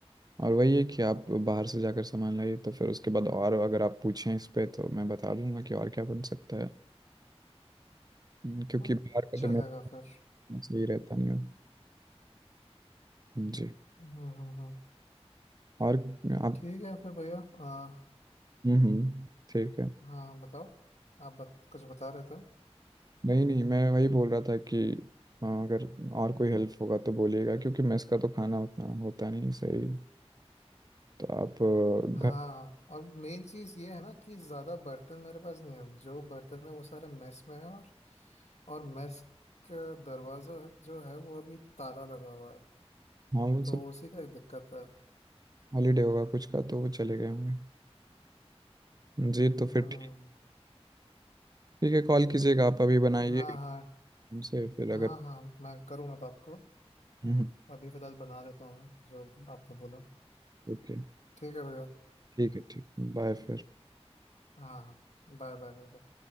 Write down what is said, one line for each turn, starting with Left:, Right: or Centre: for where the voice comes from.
Right: और वही है कि आप बाहर से जाकर सामान लाइए तो फिर उसके बाद और अगर आप पूछें इस पे तो मैं बता दूंगा कि और क्या बन सकता है हम्म, क्योंकि
Left: हाँ,
Right: बाहर का
Left: चलेगा
Right: तो मैं
Left: फिर
Right: सही रहता नहीं हूँ जी
Left: हम्म हम्म हम्म।
Right: और आप
Left: ठीक है फिर भैया आ,
Right: हम्म हम्म, ठीक है
Left: हाँ बताओ आप बत, कुछ बता रहे थे
Right: नहीं नहीं मैं वही बोल रहा था कि हाँ, अगर और कोई हेल्प होगा तो बोलिएगा क्योंकि मेस का तो खाना उतना होता नहीं सही तो आप अ,
Left: हाँ
Right: घर
Left: और मेन चीज ये है ना कि ज्यादा बर्तन मेरे पास नहीं है जो बर्तन है वो सारे मेस में है और और मेस का दरवाजा जो है वो अभी ताला लगा हुआ है
Right: हाँ वो
Left: तो
Right: सब
Left: उसी का एक दिक्कत है
Right: हॉलीडे होगा कुछ का तो वो चले गए होंगे हम्म, जी तो फिर
Left: हम्म
Right: ठीक ठीक है कॉल कीजिएगा आप अभी बनाइए
Left: हाँ हाँ
Right: हमसे फिर
Left: हाँ
Right: अगर
Left: हाँ मैं करूँगा अब आपको अ,
Right: हम्म
Left: अभी फिलहाल बना देता हूँ मैं, जो आपने बोला
Right: ओके
Left: ठीक है भैया
Right: ठीक है ठीक बाय फिर
Left: हाँ Bye bye bye bye